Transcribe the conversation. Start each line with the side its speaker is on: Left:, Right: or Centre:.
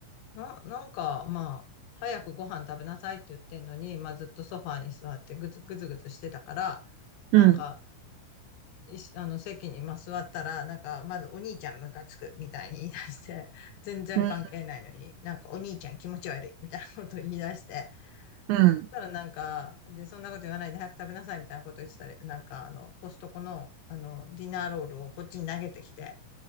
Left: な、なんかまあ、早くご飯食べなさいって言ってんのに、まあずっとソファーに座ってぐずぐずぐずしてたから、なんか、
Right: うん、
Left: いしあの、席にまあ座ったら、なんか、まずお兄ちゃんムカつくみたいに言い出して、<laughs> 全然関係ないのに、
Right: うん、
Left: なんかお兄ちゃん気持ち悪いみたいなことを言い出して、
Right: うん、
Left: そしたらなんか、で、そんなこと言わないで早く食べなさいみたいなこと言ってたら、なんか、あの、コストコの、あの、ディナーロールをこっちに投げてきて、